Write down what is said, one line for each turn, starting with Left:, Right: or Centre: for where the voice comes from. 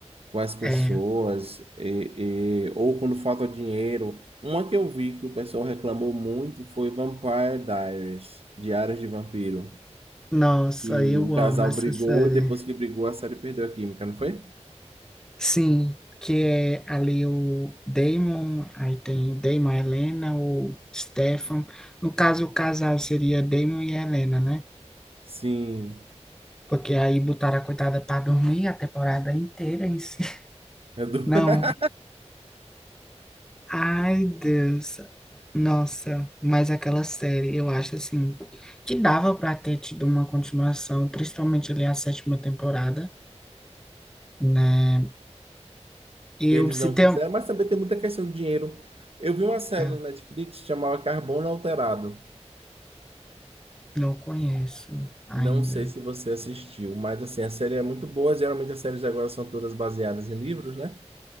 Right: com as pessoas,
Centre: é.
Right: e, e- ou quando falta dinheiro. Uma que eu vi que o pessoal reclamou muito foi Vampire Diaries, Diários de Vampiro,
Centre: Nossa,
Right: que
Centre: eu
Right: o casal
Centre: amo essa
Right: brigou
Centre: série.
Right: e depois que brigou a série perdeu a química, não foi?
Centre: Sim, que é ali o Damon, aí tem o Damon, a Helena, o Stefan. No caso, o casal seria Damon e Helena, né?
Right: Sim,
Centre: Porque aí botaram a coitada para dormir a temporada inteira em si. <laughs>
Right: é do-
Centre: Não,
Right: <laughs>
Centre: ai Deus, nossa, mas aquela série, eu acho assim, que dava para ter tido uma continuação, principalmente ali a sétima temporada, né? E
Right: eles
Centre: eu se
Right: não
Centre: tem.
Right: quiseram,
Centre: um,
Right: mas também tem muita questão de dinheiro. Eu vi uma série
Centre: ah,
Right: na Netflix chamada chamava Carbono Alterado.
Centre: Não conheço ainda.
Right: Não sei se você assistiu, mas assim, a série é muito boa. Geralmente as séries agora são todas baseadas em livros, né?